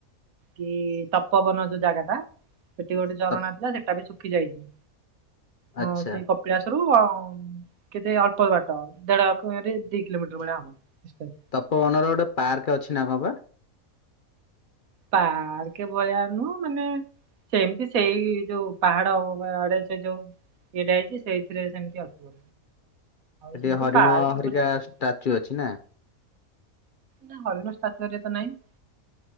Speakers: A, on the right (about 75°); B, on the left (about 55°).
A: କେ ତପୋବନ ଯୋଉ ଜାଗା ଟା ସେଠି ଗୋଟେ ଝରଣା
B: ତପ-
A: ଥିଲା ସେଟା ବି ଶୁଖି ଯାଇଛି। ହଁ
B: ଆଚ୍ଛା
A: ସେଇ କପିଳାସ ରୁ ଆଉ କେତେ ଅଳ୍ପ ବାଟ ଦେଢ କି ଦିଇ କିଲୋମିଟର ଭଳିଆ ଆଉ।
B: ତପୋବନ ର ଗୋଟେ ପାର୍କ ଅଛି ନା କଣ ବା?
A: ପାର୍କ ଭଳିଆ ନୁଅ ମାନେ ସେ ଏମିତି ସେଇ ଯୋଉ ପାହାଡ ଆଡେ ସେ ଯୋଉ ଏଇଟା ହେଇଛି ସେଇଥିରେ ସେମିତି ଆଉ।
B: ହେଠି
A: ସେମିତି
B: ହରିଣ
A: ପାର୍କ
B: ହରିକା
A: ଭଳିଆ ତ-
B: ଷ୍ଟାଚୁ ଅଛି ନା?
A: ନା ହରିଣ ଷ୍ଟାଚୁ ହେରିକା ତ ନାଇଁ।